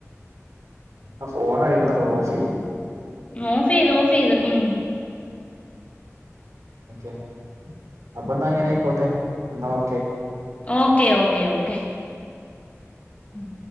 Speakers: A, on the right; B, on the left.
A: ആ ഫോൺ അടിക്കണത് ഓഫ് ചെയ്-
B: ഓഫ് ചെയ്തു ഓഫ്ചെയ്തു മ്മ്
A: ഓക്കെ അപ്പൊ എന്നാ അങ്ങനെ ആയിക്കോട്ടെ എന്നാ ഓക്കെ.
B: ഓക്കെ ഓക്കെ ഓക്കെ- മ്മ്.